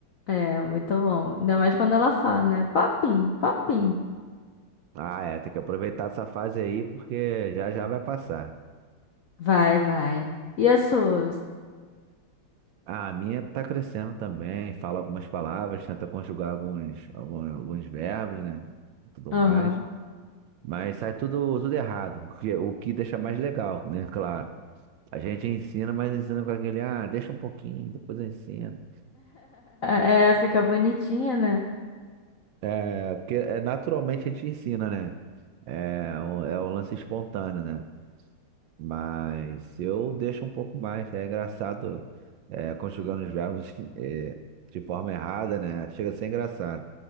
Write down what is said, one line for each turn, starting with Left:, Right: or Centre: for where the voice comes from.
Left: É, muito bom. Ainda mais quando ela fala, né? Papim, papim.
Right: Ah, é, tem que aproveitar essa fase aí porque já já vai passar.
Left: Vai, vai. E as suas?
Right: Ah, a minha tá crescendo também, fala algumas palavras, tenta conjugar alguns, alguns, alguns verbos, né? Tudo
Left: Aham.
Right: mais.
Left: <laughs>
Right: Mas sai tudo, tudo errado, o que, o que deixa mais legal, né? Claro. A gente ensina, mas ensina com aquele, ah, deixa um pouquinho, depois eu ensino.
Left: É, fica bonitinha, né?
Right: É porque é, naturalmente a gente ensina, né? É, o- é o lance espontâneo, né? Mas eu deixo um pouco mais, né? É engraçado, é, conjugando os verbos, <laughs> é, de forma errada, né? Chega a ser engraçado.